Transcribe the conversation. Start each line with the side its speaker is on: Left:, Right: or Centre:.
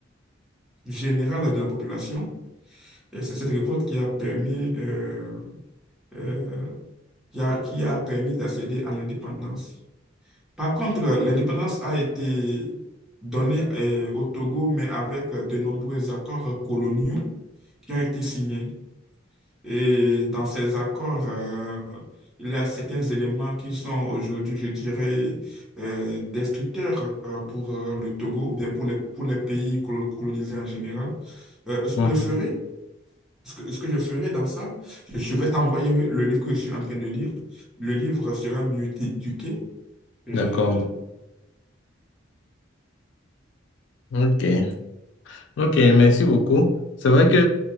Centre: générale de la population. Et c'est cette révolte qui a permis, euh, euh, qui a, qui a permis d'accéder à l'indépendance. Par contre, l'indépendance a été donnée euh, au Togo, mais avec de nombreux accords coloniaux qui ont été signés. Et dans ces accords, euh, il y a certains éléments qui sont aujourd'hui, je dirais, euh, destructeurs euh, pour euh, le Togo ou bien pour les, pour les pays colo- colonisés en général. Euh, ce
Left: Mhm.
Centre: que je ferai, ce que, ce que je ferai dans ça, je, je vais t'envoyer le livre que je suis en train de lire. Le livre sera mieux éduqué. euh,
Left: D'accord. OK. Ok, merci beaucoup. C'est vrai que,